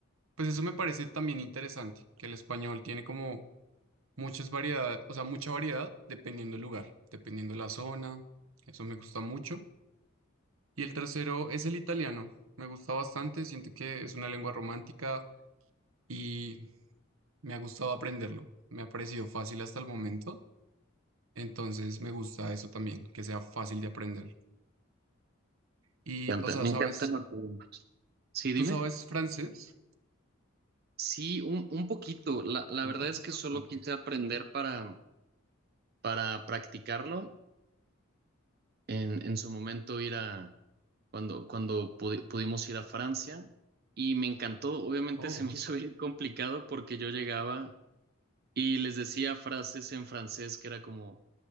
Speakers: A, on the right; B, on the right.
A: pues eso me parece también interesante, que el español tiene como muchas variedades, o sea, mucha variedad dependiendo del lugar, dependiendo de la zona, eso me gusta mucho. Y el tercero es el italiano, me gusta bastante, siento que es una lengua romántica y me ha gustado aprenderlo, me ha parecido fácil hasta el momento, entonces me gusta eso también, que sea fácil de aprender. Y,
B: Me encanta,
A: o sea,
B: me
A: ¿sabes?
B: encantan los idiomas. Sí,
A: ¿Tú
B: dime.
A: sabes francés?
B: Sí, un, un poquito. La, la
A: Un
B: verdad
A: poquito,
B: es que solo
A: ok.
B: quise aprender para, para practicarlo en, en su momento ir a, cuando, cuando pudi- pudimos ir a Francia y me encantó, obviamente
A: Oh,
B: se me <laughs> hizo bien complicado porque yo llegaba y les decía frases en francés que era como,